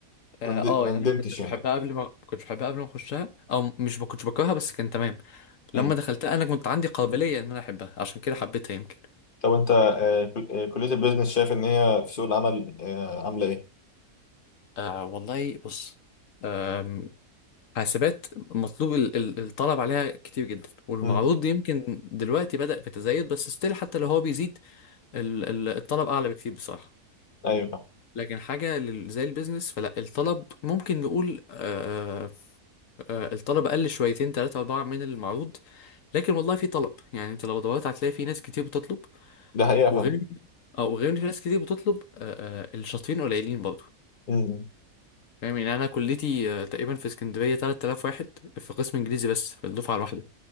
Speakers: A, on the left; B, on the left.
A: اه
B: ما
A: آه،
B: ند- ما
A: يعني
B: ندمتش
A: انا ما كنتش
B: يعني
A: بحبها قبل ما ما كنتش بحبها قبل ما اخشها او مش ما كنتش بكرهها بس كان تمام لما
B: امم
A: دخلتها انا كنت عندي قابليه ان انا احبها عشان كده حبيتها يمكن
B: طب انت آه، كل- آه، كليه البيزنس شايف ان هي في سوق العمل آه، عامله ايه؟
A: آه والله بص آم، حاسبات مطلوب ال- ال- الطلب عليها كتير جدا والمعروض
B: امم
A: يمكن دلوقتي بدأ بتزايد بس ستيل حتى لو هو بيزيد ال- ال- الطلب اعلى بكتير بصراحه
B: ايوه فاهم
A: لكن حاجه لل- زي البيزنس فلا الطلب ممكن نقول آه، آه، الطلب قل شويتين تلاتة أربعة من المعروض لكن والله في طلب يعني انت لو دورت هتلاقي في ناس كتير بتطلب
B: ده حقيقه
A: وغير
B: فاهم
A: اه وغير ان في ناس كتير بتطلب آه، آه، الشاطرين قليلين برضه
B: امم
A: فاهم يعني انا كليتي آه، تقريبا في اسكندرية 3000 واحد في قسم انجليزي بس في الدفعة الواحدة